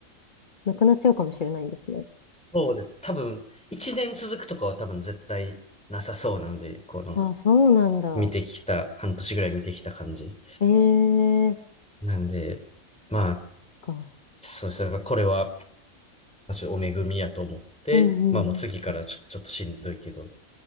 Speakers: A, on the left (about 35°); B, in the centre.
A: なくなっちゃうかもしれないんですね。
B: そうです。多分、1年続くとかは多分絶対なさそうなんで、この、
A: あ、そうなんだ。
B: 見てきた、半年ぐらい見てきた感じ。
A: へえ。
B: なんで、まあ、
A: か。
B: そうですね。これはまあ、ちょっとお恵みやと思って、
A: うんうんうん。
B: まあもう次からちょ、ちょっとしんどいけど、